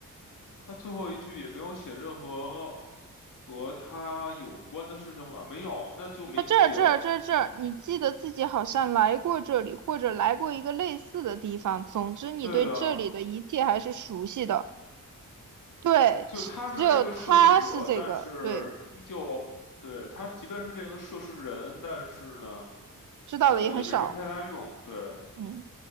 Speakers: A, on the left; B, on the right.
A: 他最后一句也没有写任何和他有关的事情吧？没有，那就没意义了。
B: 它这儿这儿这儿这儿，你记得自己好像来过这里，或者来过一个类似的地方。总之，你对这里的一切还是熟悉的。
A: 对的，
B: 对，
A: 嗯，就他是这个涉事者，
B: 只只有他是这个，
A: 但是依旧，
B: 对，
A: 对，他即便是这个涉事人，但是呢，
B: 知道的也很少。
A: 呃，也没什么太大用。对，
B: 嗯，